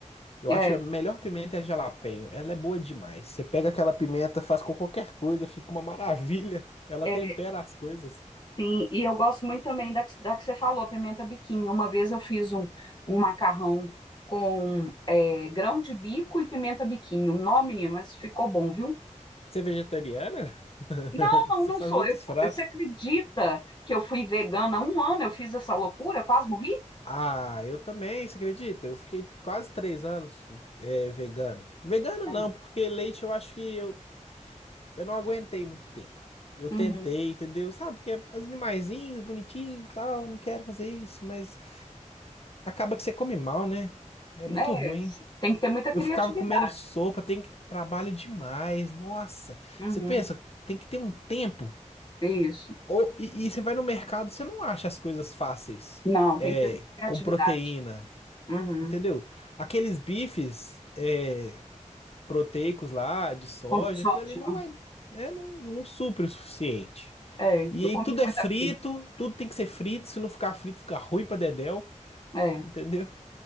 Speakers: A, on the left; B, on the left.
A: Eu
B: É,
A: acho a melhor pimenta é a jalapeño. Ela é boa demais. Você pega aquela pimenta, faz com qualquer coisa, fica uma maravilha. Ela
B: é,
A: tempera as coisas.
B: sim. E eu gosto muito também da, que- da que você falou, pimenta biquinho. Uma vez eu fiz um, um macarrão com é, grão de bico e pimenta biquinho. Não, menino, mas ficou bom, viu?
A: Você é vegetariana? <laughs>
B: Não,
A: Você
B: não, não
A: faz
B: sou.
A: muitos
B: Eu, fu-
A: pratos.
B: você acredita que eu fui vegana há um ano? Eu fiz essa loucura, quase morri?
A: Ah, eu também, você acredita? Eu fiquei quase três anos eh, vegano. Vegano
B: É.
A: não, porque leite eu acho que eu eu não aguentei muito tempo. Eu
B: Uhum.
A: tentei, entendeu? Sabe, porque as animaizinhos, bonitinho e tal, não quero fazer isso, mas acaba que você come mal, né? É muito
B: É,
A: ruim.
B: se- tem que ter muita
A: Eu
B: criatividade.
A: ficava comendo sopa, tem que trabalho demais. Nossa,
B: Uhum.
A: você pensa, tem que ter um tempo.
B: Isso.
A: Ou, e, e você vai no mercado, você não acha as coisas fáceis,
B: Não,
A: é,
B: tem que ter muita criatividade.
A: com proteína,
B: Uhum.
A: entendeu? Aqueles bifes, é, proteicos lá, de soja,
B: Com soja.
A: aquilo ali não vai, né, não, não supre o suficiente.
B: É,
A: E
B: eu
A: aí
B: comia
A: tudo é
B: muita
A: frito,
B: coisa.
A: tudo tem que ser frito, se não ficar frito fica ruim pra dedéu,
B: É,
A: entendeu?